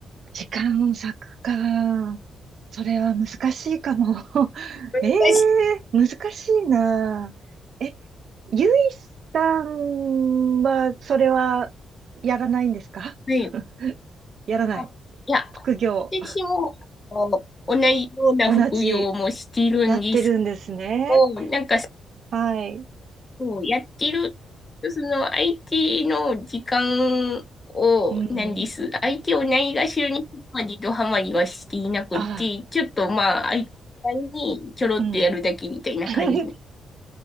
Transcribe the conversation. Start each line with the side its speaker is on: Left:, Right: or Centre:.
Right: 時間割くか。それは難しいかも。<laughs>
Left: はい。
Right: ええ難しいな。え、ゆいさんは、それは、やらないんですか
Left: はい
Right: <laughs> やらない。
Left: あいや
Right: 副業。
Left: 私も、あの同じような服用もしているんですけ
Right: 同じ、やってるんですね。
Left: ど、なんか、
Right: はい。
Left: そうやってる、その IT の時間を、
Right: うん。
Left: なんです。IT をないがしろにするまでドハマりはしていなくて、
Right: ああ、
Left: ちょっとまあ、IT にちょろっとやるだけみたいな感じ
Right: うん。<laughs>